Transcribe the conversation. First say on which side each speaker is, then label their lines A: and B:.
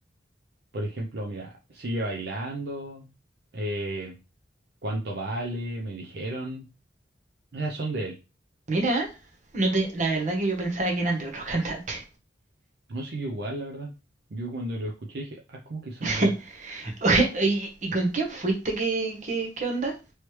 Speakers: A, on the right (about 60°); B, on the right (about 40°).
A: Por ejemplo, mira, Sigue Bailando, eh, ¿Cuánto Vale? Me dijeron. Esas son de él.
B: Mira, no te, la verdad que yo pensaba que eran de otros cantantes.
A: No sé, yo igual, la verdad. Yo cuando lo escuché dije, ah, ¿cómo que son
B: <laughs>
A: de él?
B: Oye, ¿Y, y con quién fuiste? ¿Qué, qué, qué onda?